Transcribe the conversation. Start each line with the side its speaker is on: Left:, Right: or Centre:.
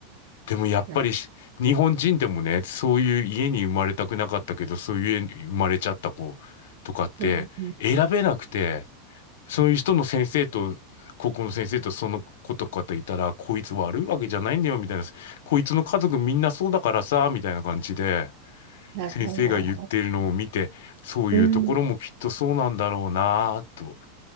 Left: でもやっぱりし、
Right: な、
Left: 日本人でもね、そういう家に生まれたくなかったけど、そういう家に生まれちゃった子とかって、
Right: うん、うん
Left: 選べなくて、そういう人の先生と、高校の先生とその子とかといたら、こいつ悪いわけじゃないんだよ、みたいな。こいつの家族みんなそうだからさ、みたいな感じで、
Right: なるほど。
Left: 先生が言ってるのを見て、そういうところもきっとそうなんだろうなぁと。
Right: うん。い